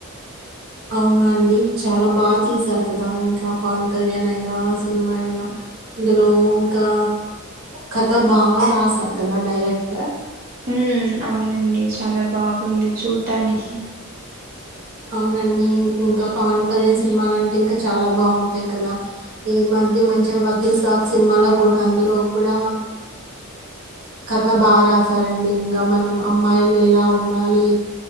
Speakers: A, on the right; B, on the right.
A: అవునా అండి చాలా బాగా తీసారు కదా ఇంకా పవన్ కళ్యాణ్ అయినా సినిమా అయినా అందులో ఇంకా కథ బాగా రాశారు కదా డైరెక్టర్
B: ఉమ్ అవునండి చాలా బాగుంది చూడటానికి
A: అవునండి ఇంకా పవన్ కళ్యాణ్ సినిమాలు అంటే ఇంకా చాలా బాగుంటాయి కదా ఈ మధ్య మంచిగా వక్రీ సాబ్ సినిమాలో కూడా అందులో కూడా కథ బాగా రాశారండి ఇంకా మనం అమ్మాయిలు ఎలా ఉండాలి